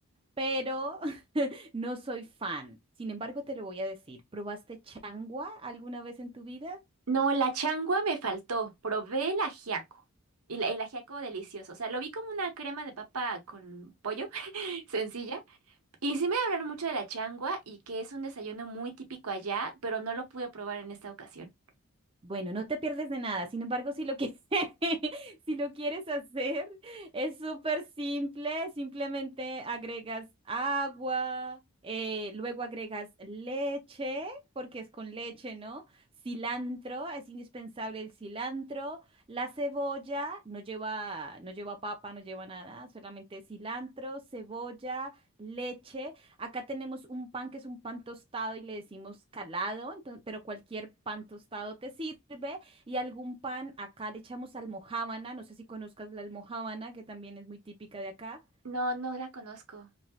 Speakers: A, on the right; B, on the right.
A: pero <laughs> no soy fan. Sin embargo, te lo voy a decir. ¿Probaste changua alguna vez en tu vida?
B: No, la changua me faltó. Probé el ajiaco. Y la- el ajiaco delicioso. O sea, lo vi como una crema de papa con pollo, <laughs> sencilla. Y sí me hablaron mucho de la changua y que es un desayuno muy típico allá, pero no lo pude probar en esta ocasión.
A: Bueno, no te pierdes de nada. Sin embargo, si lo quieres, <laughs> si lo quieres hacer, es súper simple. Simplemente agregas agua, eh, luego agregas leche, porque es con leche, ¿no? Cilantro, es indispensable el cilantro. La cebolla no lleva, no lleva papa, no lleva nada, solamente cilantro, cebolla, leche. Acá tenemos un pan que es un pan tostado y le decimos calado, entonces- pero cualquier pan tostado te sirve. Y algún pan, acá le echamos almojábana, no sé si conozcas la almojábana, que también es muy típica de acá.
B: No, no la conozco.